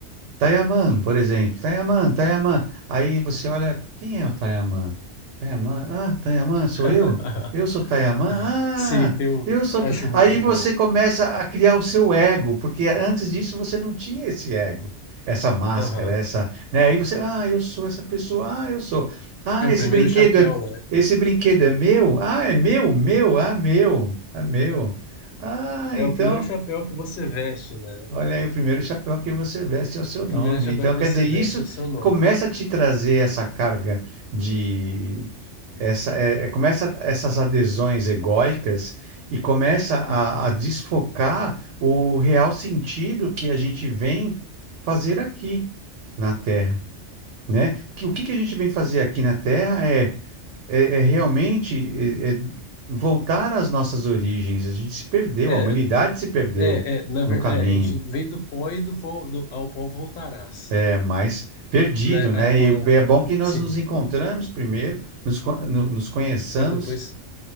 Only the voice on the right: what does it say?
Tayaman, por exemplo. Tayaman, Tayaman. Aí você olha, quem é o Tayaman? Tayaman, ah, Tayaman, sou
eu? Eu sou Tayaman? Ah,
eu sou.
Ta-"
Aí você
começa a criar o seu ego, porque antes disso você não tinha esse ego, essa máscara,
essa, né? Aí você, ah, eu sou essa pessoa, ah, eu sou. Ah,
esse
brinquedo
é,
esse brinquedo é meu? Ah, é meu, meu, ah, meu, ah, meu. Ah,
então.
Olha aí, o primeiro chapéu que você veste é o seu
nome.
Então,
quer dizer, isso
começa a te trazer essa carga de essa é, é- começa essas adesões egóicas e começa a,
a desfocar o real sentido que a gente vem fazer aqui na Terra, né? Que o que que a gente vem fazer aqui na Terra é é, é realmente é- é voltar às nossas origens. A gente se perdeu,
a humanidade se perdeu
no
caminho.
é, mais perdido,
né?
E é bom que nós
nos encontramos primeiro, nos, co- no- nos conheçamos